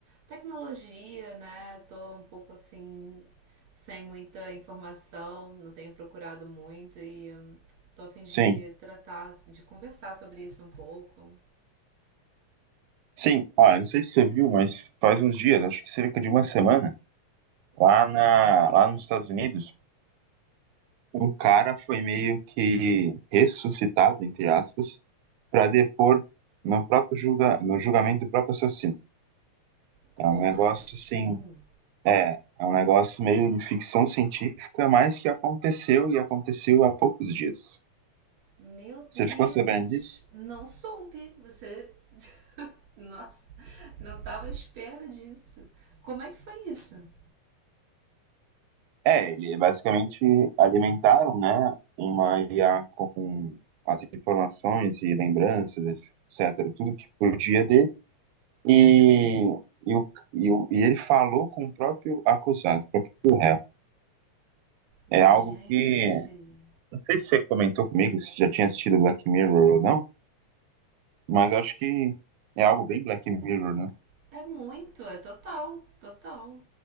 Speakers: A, on the right (about 65°); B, on the right (about 80°).
A: tecnologia, né? Tô um pouco assim sem muita informação, não tenho procurado muito e hum, tô a fim de
B: Sim.
A: tratar, de conversar sobre isso um pouco.
B: Sim. Ah, eu não sei se você viu, mas faz uns dias, acho que cerca de uma semana, lá na, lá nos Estados Unidos, um cara foi meio que ressuscitado, entre aspas, para depor no próprio julga, no julgamento do próprio assassino.
A: Como
B: É um negócio
A: assim?
B: assim É, é um negócio meio de ficção científica, mas que aconteceu e aconteceu há poucos dias.
A: Meu Deus,
B: Você ficou sabendo disso?
A: não soube. Você. <laughs> Nossa, não tava à espera disso. Como é que foi isso?
B: É, ele basicamente alimentaram, né, uma IA com as informações e lembranças, etc., tudo que podia dele, e, e, o- e o- e ele falou com o próprio acusado, o próprio réu.
A: Gente,
B: É algo que, não sei se você comentou comigo, se já tinha assistido Black Mirror ou não, mas eu acho que é algo bem Black Mirror, né?
A: é muito, é total, total.